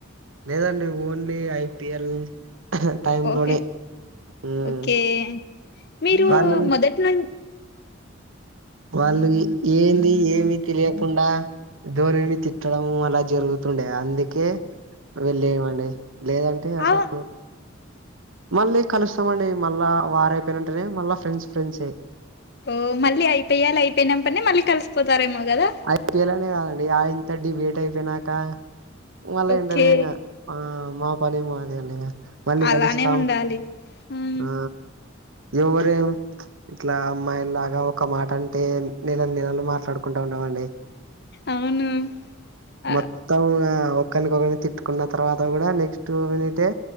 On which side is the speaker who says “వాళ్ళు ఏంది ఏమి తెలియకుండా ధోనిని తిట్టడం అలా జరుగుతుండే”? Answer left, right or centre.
Right